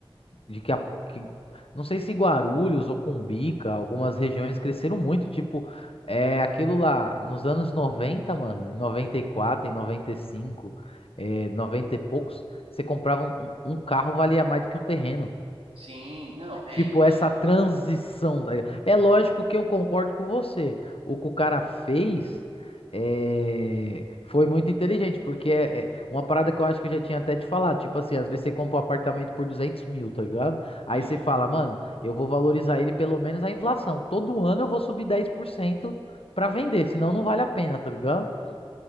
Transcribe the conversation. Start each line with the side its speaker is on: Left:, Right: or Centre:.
Left: de que, a- que- não sei se Guarulhos ou Cumbica, algumas regiões cresceram muito, tipo, é aquilo lá nos anos 90 mano, em 94, em 95, é, 90 e poucos, você comprava um, um um carro valia mais do que um terreno.
Right: sim, não, é,
Left: Tipo,
Right: então.
Left: essa transição, tá ligado? É lógico que eu concordo com você. O que o cara fez é, foi muito inteligente, porque é é uma parada que eu acho que eu já tinha até te falado. Tipo assim, às vezes você compra um apartamento por 200 mil, tá ligado? Aí
Right: Uhum,
Left: você fala, mano, eu vou valorizar ele pelo menos a inflação. Todo ano eu vou subir 10% pra vender, senão não vale a pena, tá ligado?
Right: uhum,